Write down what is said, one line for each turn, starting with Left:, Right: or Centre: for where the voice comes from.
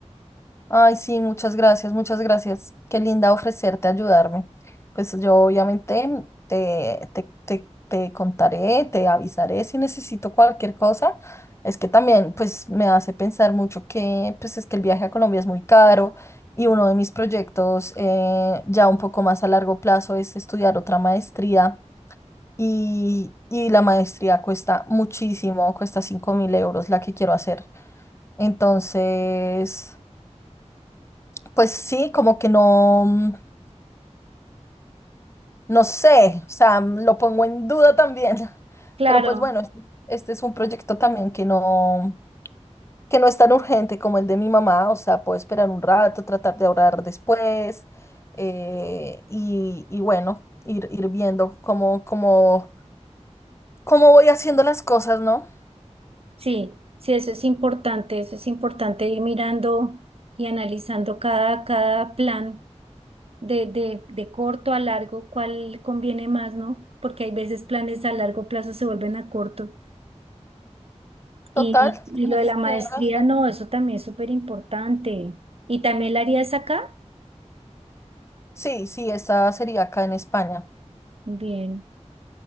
Left: Ay, sí, muchas gracias, muchas gracias. Qué linda ofrecerte ayudarme. Pues yo obviamente te, te, te, te contaré, te avisaré si necesito cualquier cosa. Es que también pues me hace pensar mucho que pues es que el viaje a Colombia es muy caro y uno de mis proyectos eh, ya un poco más a largo plazo es estudiar otra maestría y, y la maestría cuesta muchísimo, cuesta cinco mil euros la que quiero hacer. Entonces... Pues sí, como que no, mm, no sé, o sea, mm, lo pongo en duda también. <laughs>
Right: Claro,
Left: Pero pues bueno, este, este es un proyecto también que no, que no es tan urgente como el de mi mamá, o sea, puedo esperar un rato, tratar de ahorrar después, eh, y, y bueno, ir, ir viendo cómo, cómo, cómo voy haciendo las cosas, ¿no?
Right: Sí, sí, eso es importante, eso es importante ir mirando y analizando cada, cada plan de, de, de corto a largo, cuál conviene más, ¿no? Porque hay veces planes a largo plazo se vuelven a corto. Y,
Left: Total,
Right: y
Left: tienes,
Right: lo de la maestría,
Left: tienes razón.
Right: no, eso también es súper importante. ¿Y también la harías acá?
Left: Sí, sí, esta sería acá en España.
Right: Bien.